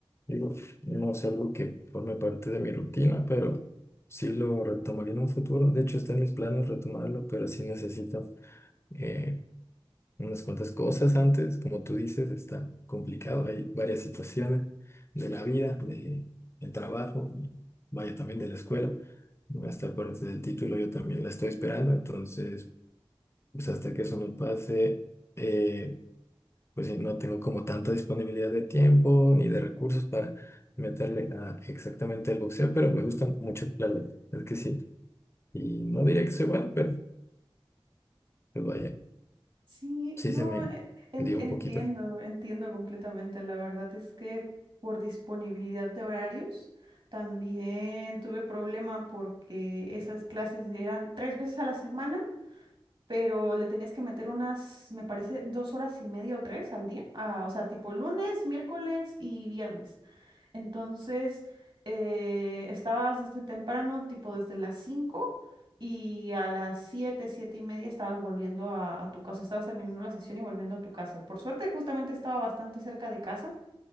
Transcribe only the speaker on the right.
Sí,
no,
eh, en-
entiendo,
entiendo completamente. La verdad es que por disponibilidad de horarios también tuve problema porque esas clases eran tres veces a la semana, pero le tenías que meter unas, me parece, dos horas y media o tres al día. Ah, o sea, tipo lunes, miércoles y viernes. Entonces, eh, estabas desde temprano, tipo desde las 5 y a las 7 7 y media estabas volviendo a, a tu casa, estabas terminando la sesión y volviendo a tu casa. Por suerte, justamente estaba bastante cerca de casa,